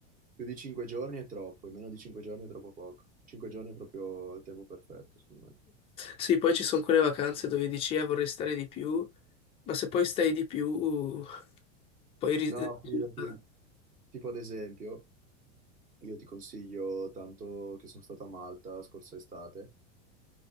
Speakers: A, on the right (about 20°); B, on the left (about 15°).
A: più di cinque giorni è troppo, e meno di cinque giorni è troppo poco. Cinque giorni è proprio il tempo perfetto, secondo me.
B: Sì, poi ci sono quelle vacanze dove dici, eh, vorrei stare di più, ma se poi stai di più, poi ri-
A: No,
B: risulta...
A: fidati. Tipo ad esempio, io ti consiglio tanto che sono stato a Malta scorsa estate.